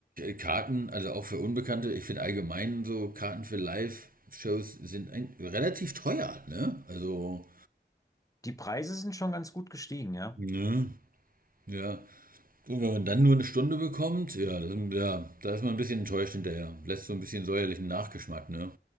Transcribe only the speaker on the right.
Karten, also auch für Unbekannte, ich finde allgemein so Karten für Live-Shows sind ein, relativ teuer, ne? Also,
ne? Ja. Und wenn man dann nur eine Stunde bekommt, ja, das, ja, da ist man ein bisschen enttäuscht hinterher. Lässt so ein bisschen säuerlichen Nachgeschmack, ne?